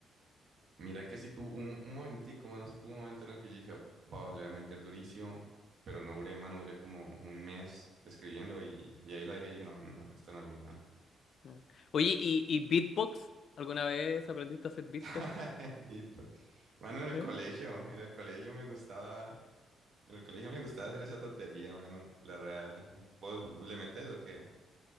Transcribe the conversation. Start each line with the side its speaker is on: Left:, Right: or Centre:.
Right: Mira que si tuvo un, un momentico, mano, si tuvo un momento en el que yo dije, vamos, le voy a meter durísimo, pero no duré, mano, duré como un mes escribiendo y, y ahí lo dejé y dije, no, no, esto no es lo mío.
Left: Ujú. Oye, ¿y, y beatbox? ¿Alguna vez aprendiste a hacer beatbox?
Right: <laughs> Beatbox. Mano, en el
Left: ¿Eh?
Right: colegio, en el colegio me gustaba. En el colegio me gustaba hacer esa tontería, mano. La real. ¿Vos le metes o qué?